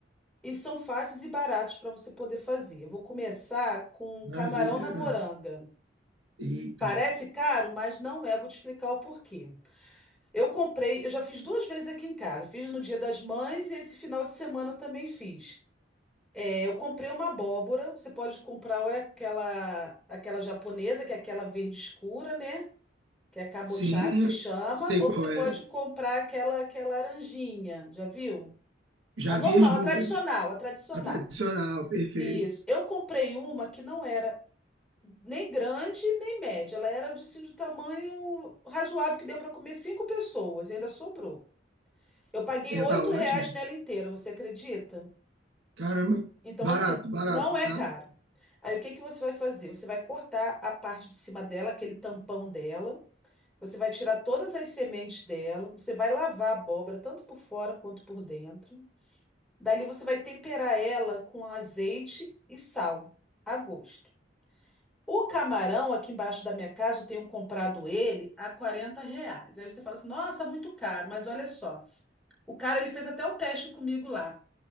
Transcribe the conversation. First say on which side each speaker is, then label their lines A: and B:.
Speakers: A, in the centre; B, on the right.
A: e são fáceis e baratos para você poder fazer. Eu vou começar com
B: maravilha.
A: camarão na moranga.
B: Ah, eita.
A: Parece caro, mas não é. Vou te explicar o porquê. Eu comprei, eu já fiz duas vezes aqui em casa. Fiz no Dia das Mães e esse final de semana eu também fiz. É, eu comprei uma abóbora. Você pode comprar ou é aquela, aquela japonesa, que é aquela verde escura, né? Que é kabocha,
B: Sim,
A: que se chama.
B: eu sei
A: Ou
B: qual
A: você pode
B: é.
A: comprar aquela que é laranjinha. Já viu?
B: Já
A: A normal,
B: vi as duas.
A: a tradicional, a tradicional.
B: A tradicional, perfeito.
A: Isso. Eu comprei uma que não era nem grande nem média. Ela era de, assim, de tamanho razoável que deu para comer cinco pessoas e ainda sobrou. Eu paguei
B: É,
A: 8
B: tá ótimo.
A: reais nela inteira, você acredita?
B: Caramba,
A: Então,
B: barato,
A: assim,
B: barato,
A: não é
B: tá?
A: caro. Aí, o que que você vai fazer? Você vai cortar a parte de cima dela, aquele tampão dela. Você vai tirar todas as sementes dela. Você vai lavar a abóbora, tanto por fora quanto por dentro. Dali, você vai temperar ela com azeite e sal, a gosto. O camarão, aqui embaixo da minha casa, eu tenho comprado ele a 40 reais. Aí você fala assim, nossa, tá muito caro. Mas olha só, o cara, ele fez até o teste comigo lá.